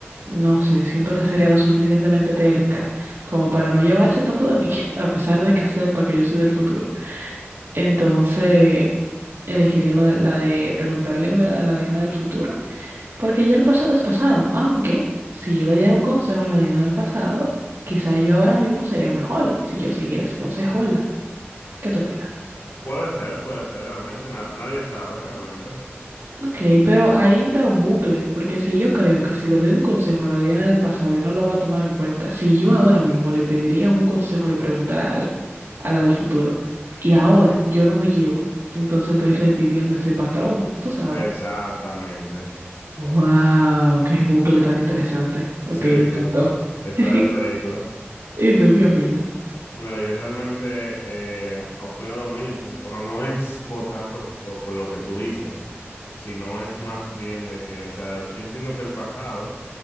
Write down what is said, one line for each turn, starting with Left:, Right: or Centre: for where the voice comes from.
Right: no sé, siento que sería lo suficientemente terca como para no llevarse tanto de mí, <laughs> a pesar de que sepa que yo soy del futuro. Entonces, elegiría lo de- la de preguntarle algo a la Diana del futuro, porque ya el pasado es pasado. Aunque, si yo le diera un consejo a la Diana del pasado, quizá yo ahora mismo sería mejor si yo siguiera ese consejo, ¿verdad? ¿Qué tú opinas?
Left: Puede ser, puede ser realmente. na- nadie sabe realmente.
Right: Ok, pero ahí entra un bucle, porque si yo creo que si le doy un consejo a la Diana del pasado y no lo va a tomar en cuenta, si yo ahora mismo le pediría un consejo, le preguntara algo a la del futuro, y ahora yo no me llevo, entonces estoy repitiendo ese patrón, tú sabes.
Left: Exactamente.
Right: Wow, qué bucle tan interesante. Ok,
Left: Sí,
Right: me
Left: sí,
Right: encantó.
Left: sí. Está
Right: <laughs>
Left: de película.
Right: ¿Y tú qué opinas?
Left: Mira, yo realmente eh, opino lo mismo, pero no es por tanto por, por lo que tú dices, sino es más bien de que, o sea, yo entiendo que el pasado.